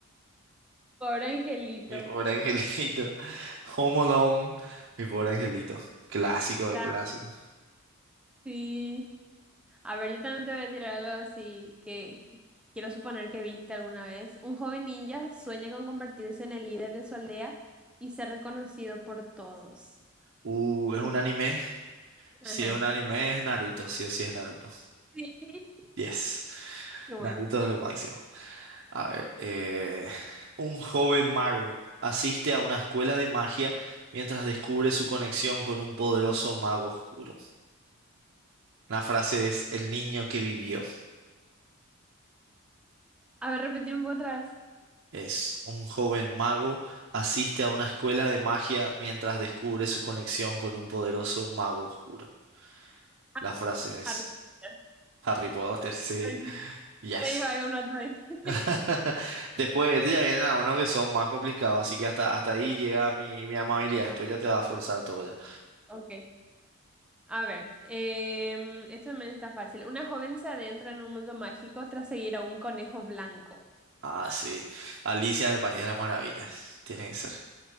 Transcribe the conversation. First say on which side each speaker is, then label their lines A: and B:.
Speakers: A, in the centre; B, on the right.
A: Pobre angelito.
B: Mi pobre angelito. <laughs> Home Alone. Mi pobre angelito. Clásico
A: Claro,
B: de clásico.
A: sí. A ver, yo también te voy a tirar algo así que quiero suponer que viste alguna vez. Un joven ninja sueña con convertirse en el líder de su aldea y ser reconocido por todos.
B: Uh, es un anime.
A: Ajá.
B: Si es un anime, es Naruto, sí o sí es Naruto.
A: Sí, qué
B: Yes,
A: bueno.
B: Naruto es lo máximo. A ver, eh, un joven mago asiste a una escuela de magia mientras descubre su conexión con un poderoso mago oscuro. La frase es el niño que vivió.
A: A ver, repetir un poco otra vez.
B: Es un joven mago asiste a una escuela de magia mientras descubre su conexión con un poderoso mago oscuro.
A: Ah,
B: La frase es
A: Harry Potter.
B: Harry Potter, sí.
A: <laughs>
B: Yes.
A: Me iba a ir un rato ahí. <laughs>
B: <laughs> Después de este ya vienen algunos que son más complicados, así que hasta, hasta ahí llega mi, mi amabilidad. Después ya te va a forzar todo ya.
A: Ok. A ver, em, esto también está fácil. Una joven se adentra en un mundo mágico tras seguir a un conejo blanco.
B: Ah, sí. Alicia en el País de las Maravillas. Tiene que ser.